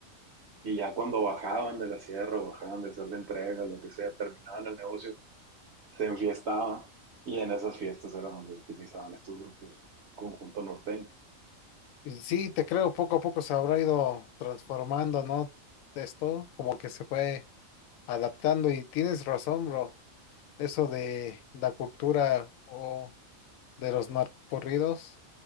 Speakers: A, on the right; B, on the left.
A: y ya cuando bajaban de la sierra o bajaban de hacer la entrega, lo que sea, terminaban el negocio, se enfiestaban y en esas fiestas era donde utilizaban estos grupos conjunto norteño.
B: Y sí, te creo, poco a poco se habrá ido transformando, ¿no? Esto, como que se fue adaptando. Y tienes razón, bro. Eso de la cultura o de los narcocorridos.